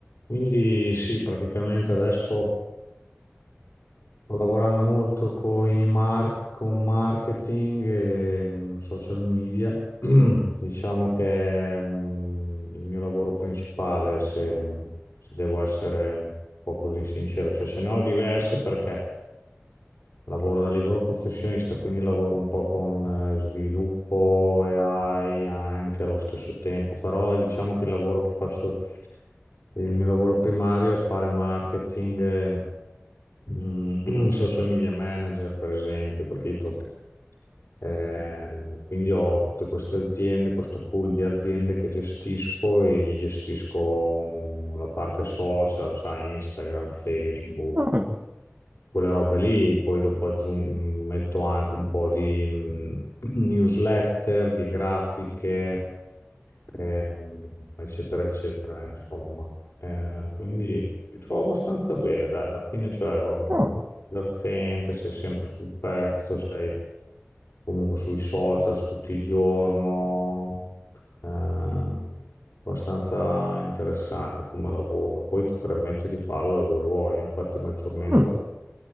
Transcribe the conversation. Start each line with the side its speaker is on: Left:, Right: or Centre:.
Left: Quindi sì, praticamente adesso. Sto lavorando molto coi mar- con marketing e mh, social media. <clears throat> Diciamo che è mh, il mio lavoro principale, se, se devo essere un po' così sincero. Cioè, ce ne ho diversi perché lavoro da libero professionista, quindi lavoro un po' con eh, sviluppo e AI anche allo stesso tempo, però diciamo che il lavoro che faccio, il mio lavoro primario è fare marketing. eh, mm, <clears throat> social media manager, per esempio, capito? Eh, quindi ho tutte queste aziende, questo pool di aziende che gestisco e gli gestisco mm, la parte social, sai, Instagram, Facebook,
Right: Mm,
Left: quelle robe lì. Poi dopo aggiung- metto anche un po' di mm, <clears throat> newsletter, di grafiche ehm, eccetera, eccetera, insomma. Eh, quindi mi trovo abbastanza bene, dai, alla fine, cioè, va- mh,
Right: mm,
Left: divertente, sei sempre sul pezzo, sei comunque sui social tutto il giorno, eh, abbastanza interessante come lavoro. Poi ti permette di farlo da dove vuoi, infatti maggiormente
Right: mm.